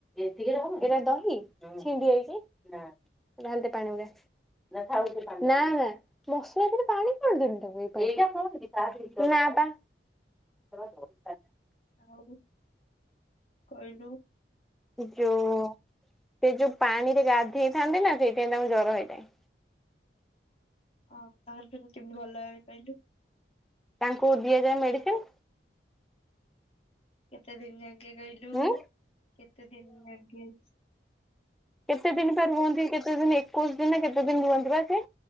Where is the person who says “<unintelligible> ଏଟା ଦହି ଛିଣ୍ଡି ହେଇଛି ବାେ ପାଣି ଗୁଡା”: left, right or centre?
Centre